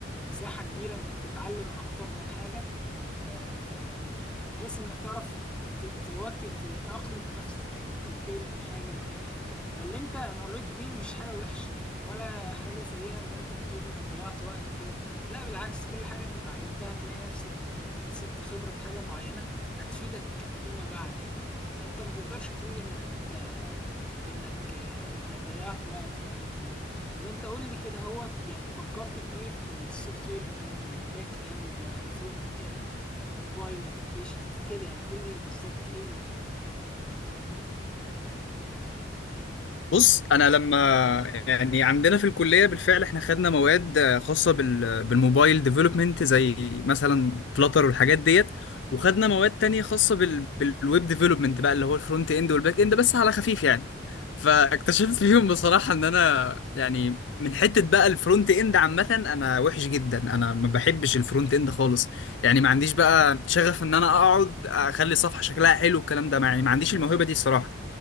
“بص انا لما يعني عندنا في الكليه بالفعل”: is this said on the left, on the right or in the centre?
Left